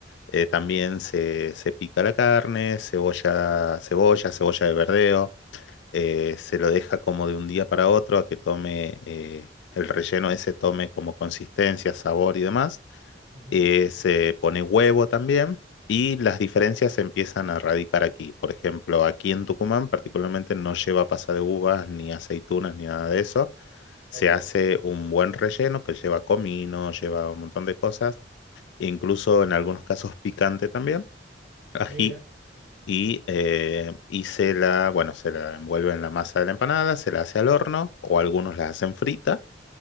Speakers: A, on the left; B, on the right.
A: Eh, también se, se pica la carne, cebolla, cebolla, cebolla de verdeo. eh, se lo deja como de un día para otro a que tome eh, el relleno ese tome como consistencia, sabor y demás.
B: ujú,
A: Eh, se pone huevo también y las diferencias se empiezan a radicar aquí. Por ejemplo, aquí en Tucumán particularmente no lleva pasa de uvas ni aceitunas ni nada de eso. Se
B: ok,
A: hace un buen relleno que lleva comino, lleva un montón de cosas, incluso en algunos casos picante también, ají
B: mira.
A: y, eh, y se la, bueno, se la envuelve en la masa de la empanada, se la hace al horno o algunos la hacen frita